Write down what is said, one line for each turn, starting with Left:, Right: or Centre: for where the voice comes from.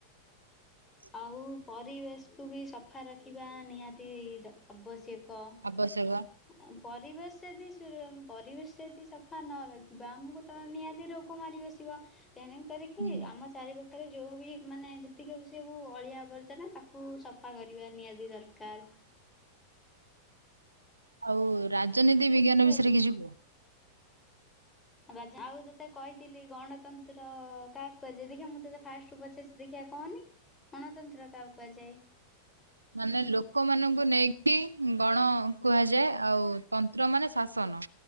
Right: <inaudible>
Left: ଆଉ ପରିବେଶକୁୁ ବି ସଫା ରଖିବା ନିହାତି ଦ ଅବଶ୍ୟକ।
Right: ଆବଶ୍ୟକ।
Left: ଆ ପରିବେଶ ଦି ସି ପରିବେଶ ଯଦି ସଫା ନ ରଖିବା ଆମକୁ ତ ନିହାତି ରୋଗ ମାଡି ବସିବ, ତେଣି କରିକି
Right: ହୁଁ।
Left: ଆମ ଚାରିପାଖ ଆରେ ଯୋଉ ବି ମାନେ ଯେତିକି ସବୁ ଅଳିଆ ଆବର୍ଜନା ତାକୁ ସଫା କରିବା ନିହାତି ଦରକାର।
Right: ଆଉ ରାଜନୀତିବିଜ୍ଞାନ
Left: ବୁଝିପାଇଲୁ
Right: ବିଷୟରେ କିଛି କୁ।
Left: ରାଜା ଆଉ ତତେ କହିଥିଲି ଗଣତନ୍ତ୍ର କାହାକୁ କୁହାଯାଏ? ଦେଖିବା ମୁଁ ତତେ ଫାଷ୍ଟୁ ପଚାରୁଛି ଦେଖିଆ। କଅନି ଗଣତନ୍ତ୍ର କାହାକୁ କୁହାଯାଏ?
Right: ମାନେ ଲୋକମାନଙ୍କୁ ନେଇକି ଗଣ କୁହାଯାଏ, ଆଉ ତନ୍ତ୍ର ମାନେ ଶାସନ।